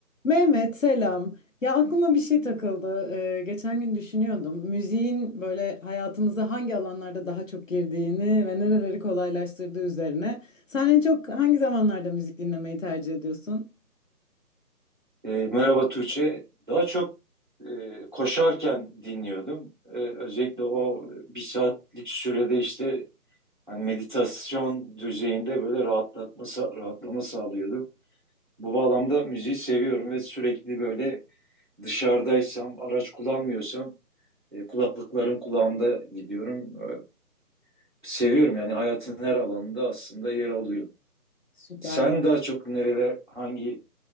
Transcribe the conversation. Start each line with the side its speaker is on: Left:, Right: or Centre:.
Left: Mehmet selam. Ya aklıma bir şey takıldı. Ee, geçen gün düşünüyordum. Müziğin böyle hayatımıza hangi alanlarda daha çok girdiğini ve nereleri kolaylaştırdığı üzerine. Sen en çok hangi zamanlarda müzik dinlemeyi tercih ediyorsun?
Right: E, merhaba Tuğçe. Daha çok e, koşarken dinliyordum. E, özellikle o bir saatlik sürede işte hani meditasyon düzeyinde böyle rahatlatması, rahatlama sağlıyordu. Bu bağlamda müziği seviyorum ve sürekli böyle dışarıdaysam, araç kullanmıyorsam e, kulaklıkların kulağımda gidiyorum. E, seviyorum yani hayatın her alanında aslında yer alıyor.
Left: Süper.
Right: Sen daha çok nereler, hangi